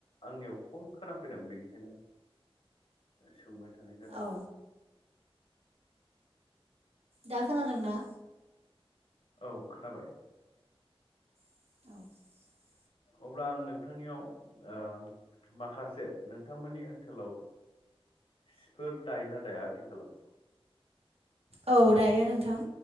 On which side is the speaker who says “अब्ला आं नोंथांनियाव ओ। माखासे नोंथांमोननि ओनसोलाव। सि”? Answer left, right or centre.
Left